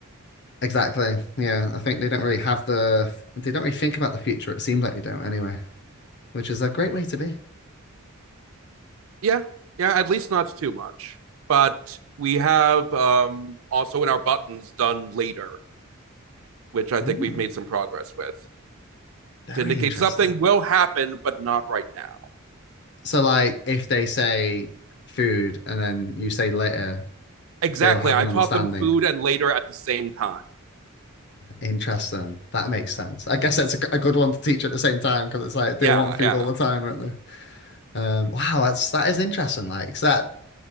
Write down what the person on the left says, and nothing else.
Exactly. Yeah, I think they don't really have the they don't really think about the future. It seems like they don't anyway, which is a great way to be.
Mm,
very
interesting.
So like if they say food and then you say later,
they'll have
an
understanding.
Interesting. That makes sense. I guess that's a a good one to teach at the same time because it's like they'll
want food
all the time, won't they? Um, wow, that's that is interesting. Like 'cause that